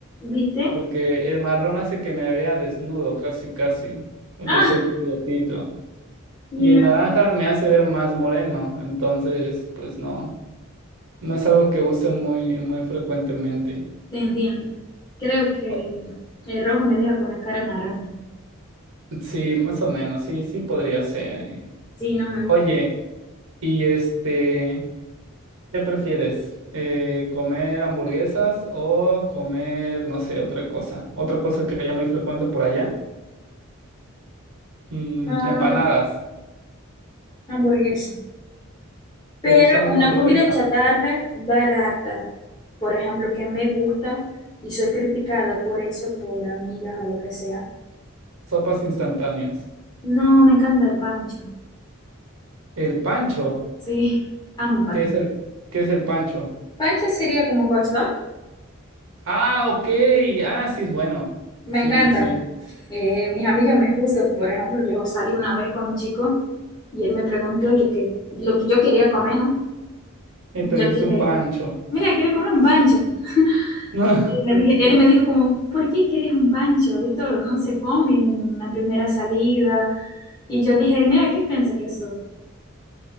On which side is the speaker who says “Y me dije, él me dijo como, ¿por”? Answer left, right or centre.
Left